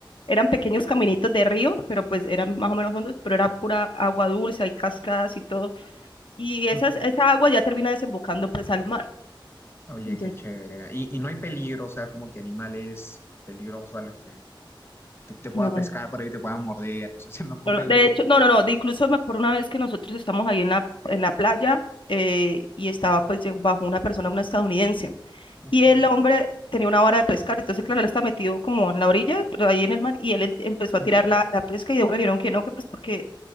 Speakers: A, on the left; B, on the left.
A: Eran pequeños caminitos de río, pero pues eran más o menos hondos, pero era pura agua dulce, hay cascadas y todo. Y
B: <laughs>
A: esas, esa agua ya termina desembocando pues al mar.
B: Oye,
A: Entonces,
B: qué chévere. Y, y no hay peligro, o sea, como que animales peligrosos a los que te, te pueda
A: no,
B: pescar por ahí, te pueda morder. No sé, <laughs> se me ocurre
A: no, no, De
B: un poco
A: hecho, no,
B: el
A: no, no, de incluso me acuerdo una vez que nosotros estamos ahí en la, en la playa eh, y estaba pues eh, bajo una persona, una estadounidense.
B: Ujú.
A: Y el hombre tenía una vara de pescar, entonces claro, él está metido como en la orilla, pero ahí en el mar, y él em- empezó a
B: Ujú.
A: tirar la, la pesca y de una le dijeron que no, que pues porque